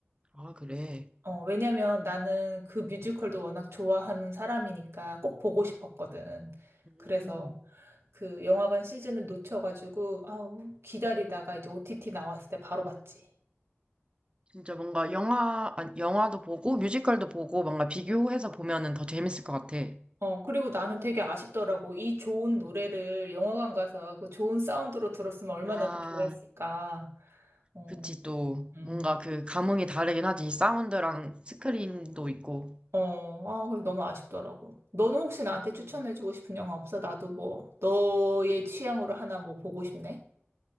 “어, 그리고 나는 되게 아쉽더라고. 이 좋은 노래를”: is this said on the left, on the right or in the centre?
Right